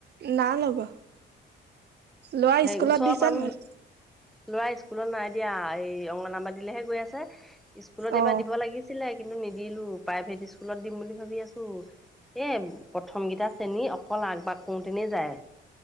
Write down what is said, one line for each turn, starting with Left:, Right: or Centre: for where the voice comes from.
Right: নাই লগোৱা। ল'ৰা
Centre: সেই
Right: স্কুলত
Centre: ওচৰৰ
Right: দিছা
Centre: মানুহ
Right: নে নাই?
Centre: ল'ৰা স্কুলত নাই দিয়া, এই অংগনবাড়ীলেহে গৈ আছে, স্কুলত
Right: অ'
Centre: এইবাৰ দিব লাগিছিল? ছিলে, কিন্তু নিদিলো প্ৰাইভেট স্কুলত দিম বুলি ভাবি আছো। এই প্ৰথমকেইটা শ্ৰেণী অকল আগ-বাগ কৰোঁতেনেই যায়।